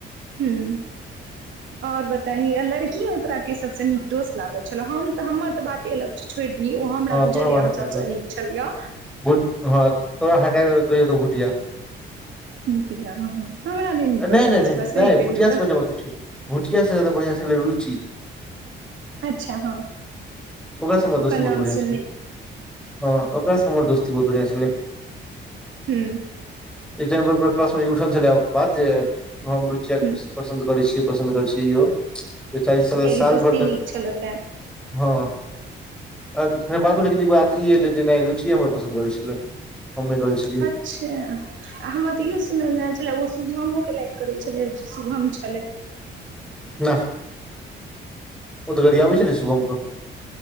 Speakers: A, on the right; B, in the centre.
A: हूँ। और बताही लड़की मे तोरा के सबसँ नीक दोस्त लागल छलौ हम हमर तऽ बाते अलग छोड़दीही ओ हमरा
B: हँ
A: बुझैजरय
B: तोहर बात
A: हम
B: हटा
A: सब
B: कऽ
A: सँ नीक छलियौ।
B: भुट हँ तोरा हटा के कैह देतौ भुटिया
A: भुतिया हमरा नहि नीको
B: नैय-
A: लागै
B: नैय- नैय-
A: छले सही
B: नैय
A: कहियौ
B: भुटियासँ
A: तऽ
B: <unintelligible> बात होय छै। भुटियासँ से जादा बढ़िआँ छेल्लै रुचि।
A: अच्छा हँ
B: ओकरा से हमर
A: ओकर
B: दोस्ती बहुत
A: नाम
B: बढ़ियां
A: स-
B: हँ ओकरा सँ हमर दोस्ती बहुत बड़ियां छेल्ला
A: हूँ
B: एक टाइम <unintelligible> कल्सा मे उठल छेल्ला बात जे हम रुचिया के
A: हूँ
B: पसन्द करै छियै। पसन्द कर छीयौ बेचारू
A: कियाकि
B: साल
A: दोस्ती
B: भैर तक
A: नीक छलौ तें
B: हँ अ- फेर बादमे लेकिन ई बात ई एलै जे नहि रुचिए हमरा पसन्द करै छेल्ला हम नै करै छेलियै।
A: अच्छा आ हमरा तऽ इहो सुनयमे एल छेल्ला ओ शुभमोके लाइक करै छेलै शुभम छलै।
B: नह ओतऽ घड़याबै छल्लै सुभम के